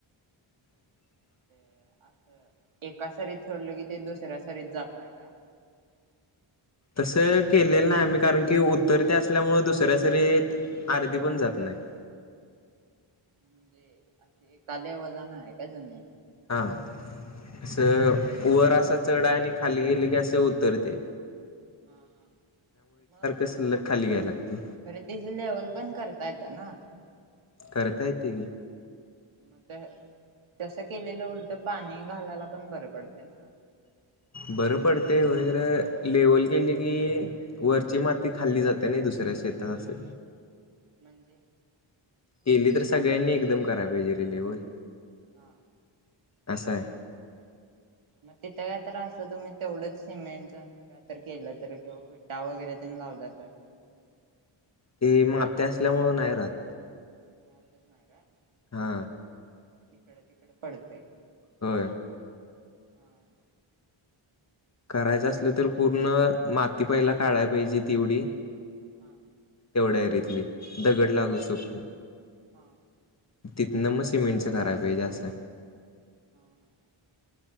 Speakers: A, on the left; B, on the right.
A: <inaudible>
B: हे असं एका सरीत सोडल की ते दुसऱ्या सरीत जात नाही काय?
A: तसं केलेलं नाही आम्ही कारण की उतर ते असल्यामुळे दुसऱ्या सरीत आर्दी पण जात नाही <inaudible>
B: म्हणजे असं एका लेव्हलला नाहीत काय जमीन?
A: हा अस वर असा चढ आणि खाली गेली की असे उतरतेय
B: हा -हा म..
A: सलग खाली घ्यायला लागते
B: खरं तेची लेव्हल पण करता येत्या ना?
A: करता येतय की
B: मे <unintelligible> तसं केलेलं उलट पाणी घालायला पण बरं पडतय ना
A: बरं पडतय व्हय खरं लेव्हल केली की वरची माती खाल्ली जाते नाही दुसरी तर आज शेतात असल
B: म्हणजे
A: केली तर सगळ्यांनी एकदम कराय पाहिजे रे लेव्हल
B: हा
A: असाय
B: मग तिथं काय तर असं तुम्ही तेवढंच सिमेंटच अस काय तर केलं तर किं विटा वगैरे लाावला तर
A: ते मग्या असल्यामुं आहे राहात
B: राहतच नाही का
A: हा
B: इकड तिकडे पडतेय
A: हो
B: हम्म
A: करायचं असलं तर पूर्ण माती पहिला काढायला पाहिजे तेवढी
B: हम्म
A: तेवढ्यारीतली दगड लागूसोप
B: हा
A: तिथनं मग सिमेंटचं कराय पाहिजे असं
B: हम